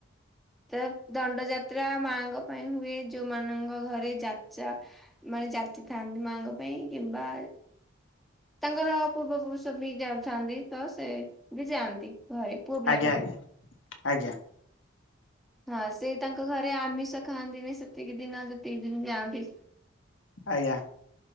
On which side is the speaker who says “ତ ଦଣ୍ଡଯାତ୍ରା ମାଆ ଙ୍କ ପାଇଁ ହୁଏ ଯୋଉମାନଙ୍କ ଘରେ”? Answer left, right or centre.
Centre